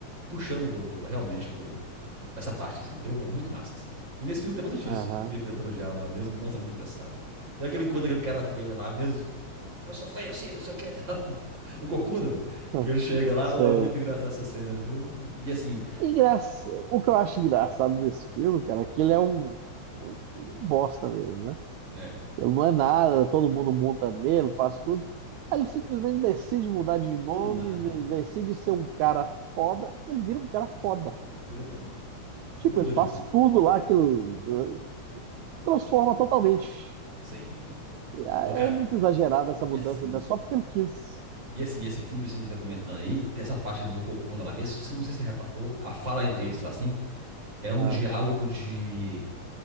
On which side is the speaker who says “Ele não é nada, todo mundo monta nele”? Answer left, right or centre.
Right